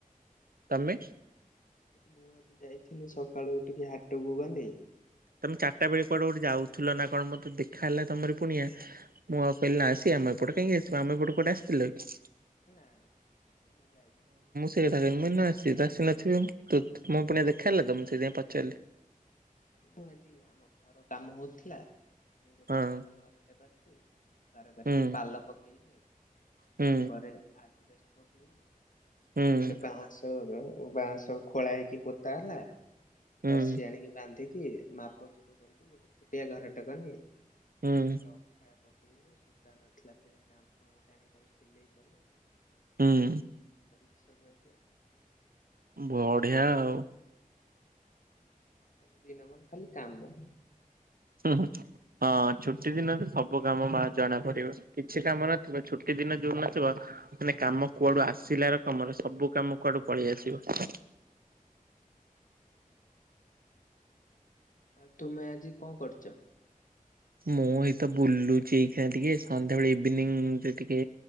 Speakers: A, on the right; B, on the left.
A: ତମେ?
B: ମୁଁ ଆଜି ଯାଇଥିଲି ସକାଳୁ ଟିକେ ହାଟକୁ ଗନି
A: ତମେ ଚାରିଟା ବେଳେ କୁଆଡେ ଗୋଟେ ଯାଉଥିଲ ନା କଣ ମତେ ଦେଖା ହେଲା ତମର ପୁଣିଆ ମୁଁ ଆଉ କହିଲି ନା ସେ ଆମ ଏପଟ କାହିଁକି ଆସିବ ଆମ ଏପଟେ କୁଆଡେ ଆସିଥିଲ କି?
B: ନା ନା ସେ ମୁ ଯାଇନି।
A: <unintelligible> ଥା ଆସି ନଥିବେ ମୁ ତ ମୋ ପୁଣିଆ <unintelligible> ଦେଖାହେଲେ ତ ମୁଁ ସେଇଥିପାଇଁ ପଚାରିଲି।
B: ମୁଁ ଆଜି ଆମ ଘର କାମ ହଉଥିଲା ମୁଁ ଗୋଟେ
A: ହଁ
B: ଛୋଟ ଘରଟେ କରି ଥରେ କରିକି
A: ହୁଁ
B: ପାଲ ପକେଇନି
A: ହୁଁ
B: ତାପରେ ଆଜବେଷ୍ଟସ <unintelligible>
A: ହୁଁ
B: ତାପରେ ବାସ। ବାଁ ସବ ଖୋଳା ହେଇକି ପୋତା ହେଲା
A: ହୁଁ
B: ରସି ଆଣିକି ବାନ୍ଧି ମାପଚୁପ କରିକି ଗୋଟେ ଛୋଟିଆ ଘର ଟାକନି
A: ହୁଁ।
B: ତାପରେ ଅଖା ସେ ସୂତା ନଥିଲା ଫେରେ ଢାଫଣ ଗୋଟେ ଆଣି ତାକୁ ସିଲେଇ କଲି।
A: ହୁଁ।
B: <unintelligible> ସବ ଗତଏ।
A: ବଢିଆ ଆଉ।
B: ଆଜି ଦିନ ମନ ଖାଲି କାମ।
A: ହୁଁ ହଁ। ହଁ ଛୁଟି ଦିନରେ ସବୁ କାମ ବା ଜଣା ପଡିବ କିଛି କାମ ନଥିବ ଛୁଟି ଦିନ ଯୋଉ ନଥିବ। ମାନେ କାମ କୁଆଡୁ ଆସିଲାର କାମରେ ସବୁ କାମ କୁଆଡୁ ପଳେଇ ଆସିବ।
B: ଆଉ ତୁମେ ଆଜି କଣ କରୁଛ?
A: ମୁଁ ଏଇତ ବୁଲୁଛି ଏଇ ଟିକେ ସନ୍ଧ୍ୟାବେଳେ ଇଭିନିଂରେ ଟିକେ